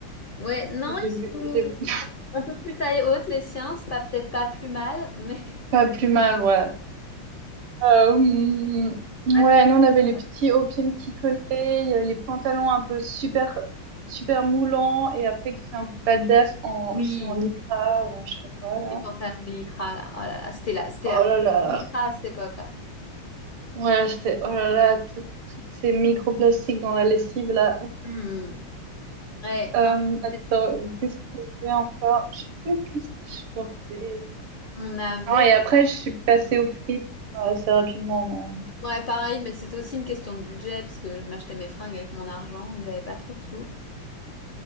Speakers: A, on the left (about 85°); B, on the right (about 75°).
A: Ouais, non,
B: Ça, J'ai
A: ils
B: vu,
A: sont
B: j'ai vu. <laughs>
A: un peu plus taille haute, les siens, c'est pas peut-être pas plus mal, mais.
B: Pas plus mal, ouais. Euh, hum,
A: Ouais,
B: ouais, nous on avait les
A: ouais, ouais.
B: petits hauts pieds qui collaient, il y avait les pantalons un peu super super moulants et après qui fait un peu pas def en
A: Oui.
B: aussi en lycra ou en je sais pas quoi là.
A: Les pantalons lycra, là, oh là là, c'était là, c'était
B: Oh
A: la folie
B: là là.
A: lycra à cette époque-là.
B: Ouais, c'était oh là là tout- toutes ces microplastiques dans la lessive là. Ouf.
A: Hmm. Ouais,
B: Euh,
A: non.
B: attends,
A: <laughs>
B: qu'est-ce que j'avais encore? Je sais plus qu'est-ce que je portais.
A: On avait.
B: Non, et après je suis passée aux frites euh, assez rapidement.
A: Ouais, pareil, mais c'était aussi une question de budget parce que je m'achetais mes fringues avec mon argent et j'avais pas trop de sous.